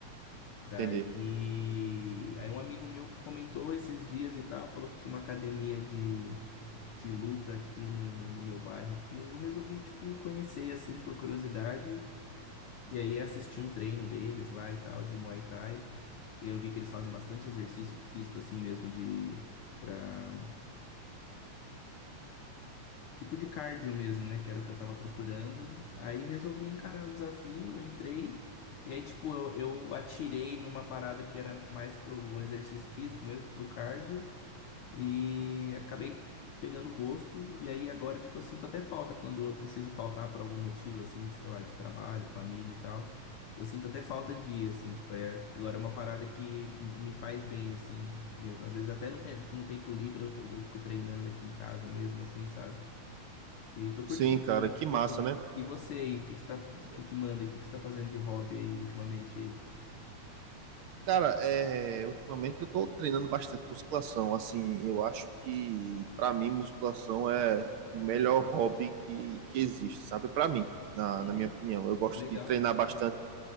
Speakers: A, on the left; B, on the right.
A: Daí,
B: entendi.
A: aí um amigo meu comentou esses dias e tal, falou que tinha uma academia de, de luta aqui no, no meu bairro aqui, aí eu resolvi, tipo, conhecer, assim, por curiosidade e aí assisti um treino deles lá e tal, de Muay Thai. E eu vi que eles fazem bastante exercício físico assim mesmo de para tipo de cardio mesmo, né, que era o que eu tava procurando. Aí resolvi encarar o desafio, entrei e aí tipo eu, eu atirei numa parada que era mais pro exercício físico mesmo, pro cardio. E acabei pegando gosto. E aí agora, tipo assim, sinto até falta quando eu preciso faltar por algum motivo, assim, de, sei lá, de trabalho, família e tal. Eu sinto até falta de ir, assim, tipo, é, agora é uma parada que me me faz bem, assim, mesmo. Às vezes até no, tem- no tempo livre eu, t- eu fico treinando aqui em casa mesmo, assim, sabe? E aí tô curtindo,
B: Sim, cara,
A: cara,
B: que
A: tô curtindo.
B: massa, né?
A: E você aí, o que que você tá, o
B: Que-
A: que que manda aí, o que que você tá fazendo de hobby aí ultimamente aí?
B: Cara, é, ultimamente eu tô treinando bastante musculação. Assim, eu acho que pra mim musculação é o melhor hobby que, que existe, sabe? Pra mim, na,
A: Uhum.
B: na minha opinião. Eu gosto
A: Legal,
B: de treinar
A: legal.
B: bastante